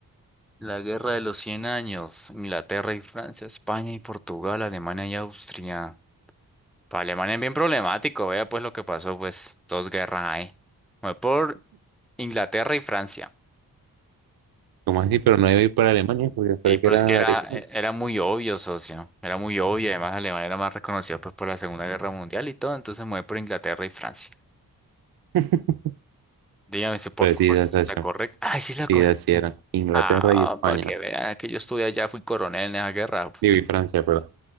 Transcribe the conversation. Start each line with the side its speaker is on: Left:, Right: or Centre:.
Centre: La Guerra de los Cien Años, Inglaterra y Francia, España y Portugal, Alemania y Austria. Para Alemania es bien problemático, vea pues lo que pasó, pues dos guerras ahí. Fue por Inglaterra y Francia.
Right: ¿Cómo así? Pero no iba a ir por Alemania porque creo
Centre: Y pero
Right: que era
Centre: es que era,
Right: agresión.
Centre: e- era muy obvio, socio, era muy obvio, además Alemania era más reconocida pues por la Segunda Guerra Mundial y todo, entonces me voy por Inglaterra y Francia.
Right: <laughs>
Centre: Dígame si por
Right: Pues
Centre: favor
Right: sí, esa
Centre: si está
Right: es la
Centre: correcto. Ay, sí es la correcta.
Right: Sí, así era. Inglaterra
Centre: Ah,
Right: y España.
Centre: para que vea que yo estuve allá, fui coronel en esa guerra.
Right: Digo, y Francia, perdón.